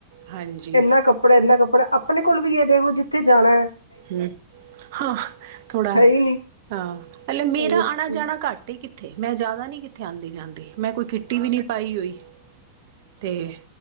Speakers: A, on the right; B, on the left.
A: ਹਾਂਜੀ
B: ਕਿੰਨਾ ਕ ਕੱਪੜਾ ਐਨਾ ਕੱਪੜਾ ਆਪਨੇ ਕੋਲ ਵੀ ਏਹ ਦੇਖੋ ਜਿੱਥੇ ਜਾਨੈ
A: ਹੂੰ ਹਾਂ ਥੋੜਾ
B: ਹੈ ਹੀ ਨਹੀਂ
A: ਹਾਂ ਹਲੇ ਮੇਰਾ
B: ਮੈਂ ਕਿਹਾ
A: ਆਨਾ
B: ਠੀਕ।
A: ਜਾਨਾ ਘੱਟ ਘੱਟ ਈ ਕਿੱਥੇ ਮੈਂ ਜਾਦਾ ਨੀ ਕਿੱਥੇ ਆਂਦੀ ਜਾਂਦੀ ਮੈਂ ਕੋਈ ਕਿੱਟੀ ਵੀ ਨੀ ਪਾਈ ਹੋਈ, ਤੇ